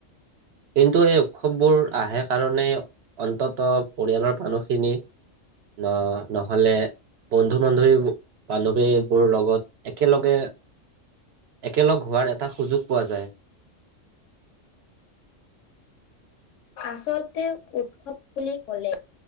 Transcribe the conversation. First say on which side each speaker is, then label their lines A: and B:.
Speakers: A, on the right (about 65°); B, on the left (about 75°).
A: কিন্তু, এই উৎসৱবোৰ আহে কাৰণেই অন্তত পৰিয়ালৰ মানুহখিনি ন' নহ'লে, বন্ধু বান্ধৱী বান্ধৱীবোৰ লগত একেলগে একেলগ হোৱাৰ এটা সুযোগ পোৱা যায়।
B: আচলতে উৎসৱ বুলি ক'লে,